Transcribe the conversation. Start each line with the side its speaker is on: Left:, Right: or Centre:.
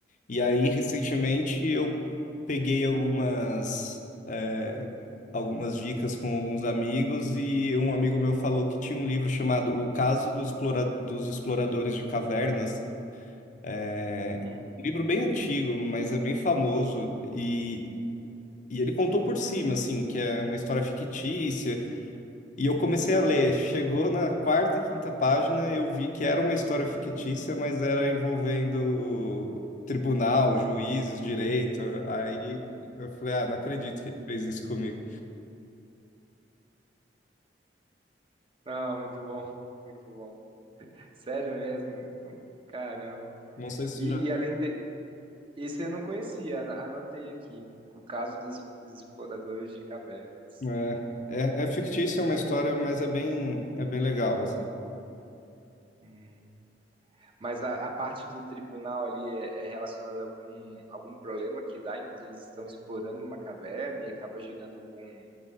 Left: E aí, recentemente, eu peguei algumas, é, algumas dicas com alguns amigos e um amigo meu falou que tinha um livro chamado O Caso do Explora- dos Exploradores de Cavernas. É
Right: Hum.
Left: Um livro bem antigo, mas é bem famoso e, e ele contou por cima, assim, que é uma história fictícia, e eu comecei a ler. Chegou na quarta, quinta página, eu vi que era uma história fictícia, mas era envolvendo tribunal, juízes, direito. Aí eu falei, ah, não acredito que ele fez isso comigo.
Right: Ah, muito bom, <laughs> muito bom. Sério mesmo? Caramba.
Left: Não sei se
Right: E,
Left: já.
Right: e além de, esse eu não conhecia, an- anotei aqui. O caso dos exploradores de cavernas.
Left: É, é, é fictícia, é uma história, mas é bem, é bem legal, assim.
Right: Hum. Mas a, a parte do tribunal ali é, é relacionada a algum, algum problema que dá enquanto eles estão explorando uma caverna e acaba gerando um.